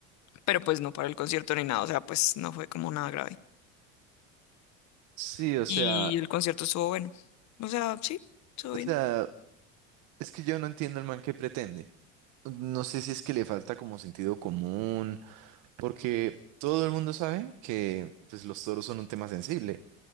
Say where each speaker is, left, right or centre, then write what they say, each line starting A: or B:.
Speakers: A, on the left; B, on the right.
A: pero pues no para el concierto ni nada, o sea, pues no fue como nada grave.
B: Sí, o
A: Y
B: sea,
A: el concierto estuvo bueno. O sea, sí, estuvo
B: o
A: bien.
B: sea, Es que yo no entiendo el man que pretende. No sé si es que le falta como sentido común, porque todo el mundo sabe que pues, los toros son un tema sensible.